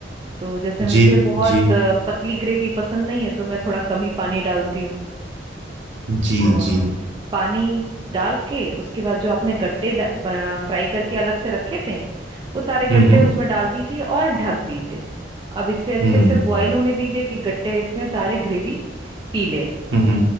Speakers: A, on the right; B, on the right.
A: तो जैसे
B: जी
A: मुझे बहुत
B: जी
A: अ, पतली ग्रेवी पसंद नहीं है तो मैं थोड़ा कम ही पानी डालती हूँ
B: जी
A: और
B: जी
A: पानी डाल के उसके बाद जो आपने गट्टे फ्राई करके अलग से रखे थे वो सारे गट्टे
B: हम्म
A: उसमें डाल दीजिए और ढक दीजिए अब इसे अच्छे
B: हम्म
A: से
B: हम्म
A: बॉईल होने दीजिए कि गट्टे इसमें सारे ग्रेवी पी ले
B: हम्म